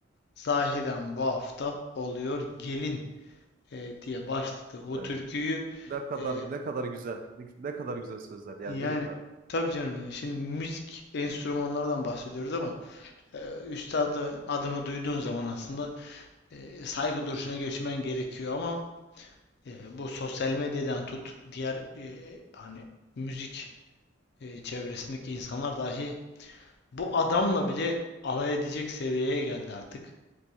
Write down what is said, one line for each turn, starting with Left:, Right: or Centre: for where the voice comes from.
Left: Zahiren bu hafta oluyor gelin e, diye başladı o
Right: Evet.
Left: türküyü.
Right: Ne kadar
Left: E,
Right: ne kadar güzel. Ne, ne kadar güzel sözler yani
Left: yani
Right: değil mi kankam?
Left: tabii canım yani şimdi müzik enstrümanlardan bahsediyoruz ama e, üstadı adını duyduğun zaman aslında e, saygı duruşuna geçmen gerekiyor ama e, bu sosyal medyadan tut diğer e, hani müzik e, çevresindeki insanlar dahi bu adamla bile alay edecek seviyeye geldi artık.